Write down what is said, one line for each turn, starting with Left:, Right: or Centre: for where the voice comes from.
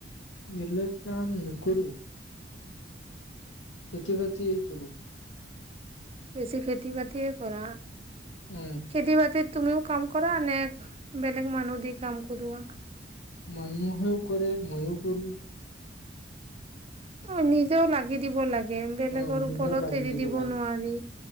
Left: বিলেক কাম নকৰু খেতি-বাতি কৰোঁ
Right: বেছি খেতি বাতিয়ে কৰা
Left: অ
Right: খেতি বাতিত তুমিও কাম কৰা নে বেলেগ মানুহ দি কাম কৰোৱা
Left: মানুহেও কৰে মইয়ো কৰোঁ
Right: অ নিজেও লাগি দিব লাগে বেলেগৰ
Left: অ নিজেও
Right: ওপৰত
Left: লাগি
Right: এৰি দিব
Left: লাগে
Right: নোৱাৰি